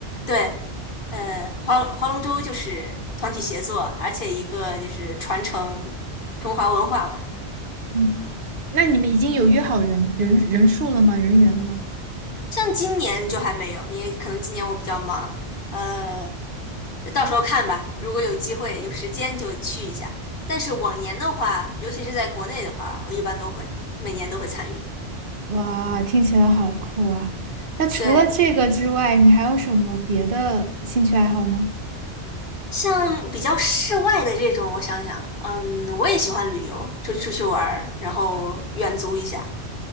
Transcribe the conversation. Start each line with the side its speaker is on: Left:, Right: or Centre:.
Left: 对，呃，划划龙舟就是团体协作，而且一个就是传承中华文化嘛。
Right: 嗯，那你们已经有约好人人人数了吗？人员了吗？
Left: 像今年就还没有，因为可能今年我比较忙，呃，到时候看吧。如果有机会、有时间就去一下。但是往年的话，尤其是在国内的话，我一般都会，每年都会参与。
Right: 哇，听起来好酷啊！那除了这个之外，
Left: 对，
Right: 你还有什么别的兴趣爱好吗？
Left: 像比较室外的这种，我想想，嗯，我也喜欢旅游，就出去玩儿，然后远足一下。